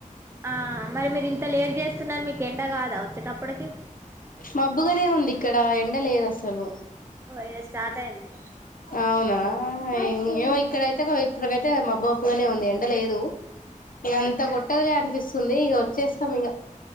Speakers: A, on the right (about 20°); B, on the left (about 90°).
A: ఆ మరీ మీరు ఇంత లేట్ జెస్తున్నారు మీకు ఎండ కాద వచ్చేటప్పటికి
B: మబ్బుగానే ఉంది ఇక్కడ ఎండ లేద్ అసలు
A: ఓ ఈడ స్టార్ట్ అయింది
B: అవునా ఆహా ఏమో ఏమో ఇక్కడైతే ఇప్పటికైతే మబ్బు మబ్బునే ఉం ఎండలేదు ఇగ ఇంత కొట్టదులే అనిపిస్తుంది తుంది ఇగ వచ్చేస్తాం ఇగ